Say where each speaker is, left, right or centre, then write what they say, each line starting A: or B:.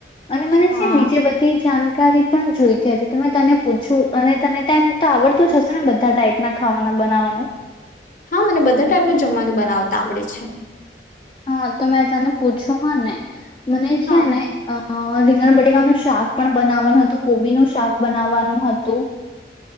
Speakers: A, on the left; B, on the left.
A: અને મને
B: હા
A: છેમ બીજે બધી જાન કારી પણ જોઈ ત્યારે તો મેં તને પૂછું અને તને તેમ તો આવડતું જ હશે ને બધા ટાઈપના ખાવાના બનાવવાનું?
B: હા મને બધા ટાઈપનું જમવાનું બનાવતા આવડે છે.
A: હા તો મેં તને પૂછું હા ને મને છે
B: હા
A: ને અ અ રીંગણ બટેકાનું શાક પણ બનાવવાનું હતું, કોબીનું શાક બનાવવાનું હતું.